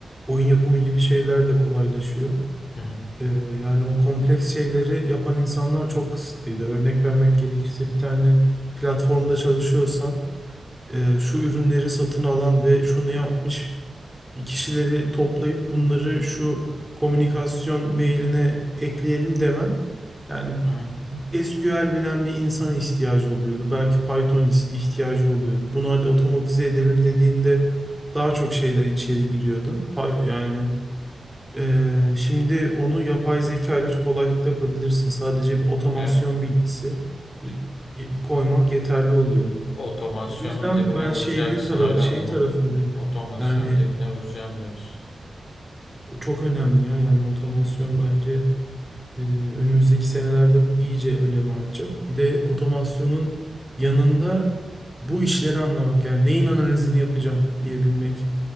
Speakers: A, in the centre; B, on the left (about 65°).
A: oyun yapımı gibi şeyler de kolaylaşıyor.
B: Hı
A: Ee, yani o kompleks şeyleri yapan insanlar çok kısıtlıydı. Örnek
B: hı.
A: vermek gerekirse bir tane platformda çalışıyorsan e, şu ürünleri satın alan ve şunu yapmış kişileri toplayıp bunları şu komünikasyon mailine ekleyelim demen yani
B: Hı hı.
A: SQL bilen bir insan ihtiyacı oluyordu. Belki Python is- ihtiyacı oluyordu. Bunu hadi otomatize edelim dediğinde daha çok şeyler içeri giriyordu. Pa- Yani ee, şimdi onu yapay zeka ile çok kolaylıkla yapabilirsin. Sadece bir otomasyon
B: Evet.
A: bilgisi e, koymak yeterli oluyor.
B: Otomasyonun
A: Bu yüzden
B: dibine
A: ben
B: vuracaksın
A: şeyde tara
B: öyle
A: şey
B: mi?
A: tarafındayım.
B: Oto otomasyonun
A: Yani
B: dibine vuracağım diyorsun.
A: o çok önemli ya. Yani otomasyon
B: Evet.
A: bence e, önümüzdeki senelerde iyice önemi artacak. Bir de otomasyonun yanında bu işleri anlamak yani neyin analizini yapacağım diyebilmek